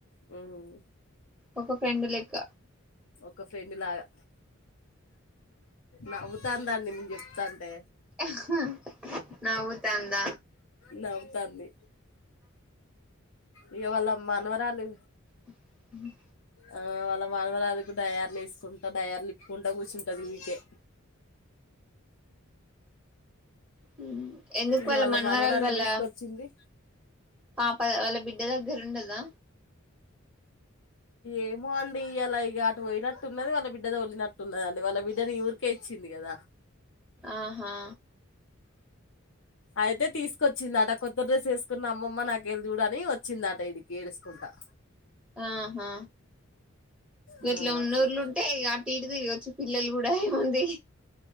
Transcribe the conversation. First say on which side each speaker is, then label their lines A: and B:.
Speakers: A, on the left; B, in the centre.
A: మ్
B: ఒక ఫ్రెండు లేక్క
A: ఒక ఫ్రెండ్ లాగా నవ్వు తాందండి నేను చెప్తాంటే
B: ఆహ్ నువ్వుతాంద
A: నవ్వుతాంది ఇయ వాళ్ళ మనవరాలు
B: ఉ హ్మ్
A: ఆ వాళ్ళ మన్మరాలుకు డయార్లు ఏస్కుంటా డయార్లు ఇప్పుకుంటా కూర్చుంటంది ఊకె
B: హ్మ్ ఎందుకు
A: ఇగ
B: వాల్
A: వాళ్ళ
B: మన్వరాల్
A: మనవరాల్ని
B: వాల్ల
A: తీసుకొచ్చింది
B: పాప ఆ వాళ్ళ బిడ్డ దగ్గర్ ఉండదా
A: ఏమో అండి ఇలా ఇక అటు పోయినట్టున్నది వాళ్ళ బిడ్డ ఓద్లినట్టున్నదండి వాళ్ళ బిడ్డని ఈ ఊరికే ఇచ్చింది కదా
B: ఆహా
A: అయితే తీస్కొచ్చిందట కోత్ త్త డ్రెస్ ఏస్కున్న అమ్మమ్మ నాక్ ఏల్ చూడని వచ్చిందట ఇడకి ఏడుస్కుంటా
B: ఆహా
A: ఆ
B: ఇట్లా ఉన్నోర్లు
A: అట్లా
B: ఉంటే ఇగ అ టు ఇటు తిరగోచ్చు పిల్లల్ కూడా ఏముంది